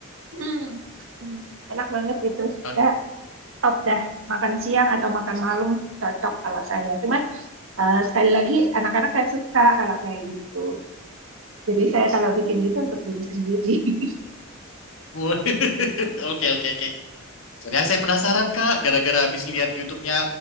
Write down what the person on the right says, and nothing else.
Hmm, Hmm, Enak banget itu.
udah top dah. Makan siang atau makan malam cocok kalau saya. Cuman eh, sekali lagi anak-anak saya suka kalau kayak gitu. Jadi saya kalau bikin gitu untuk diri sendiri. <laughs>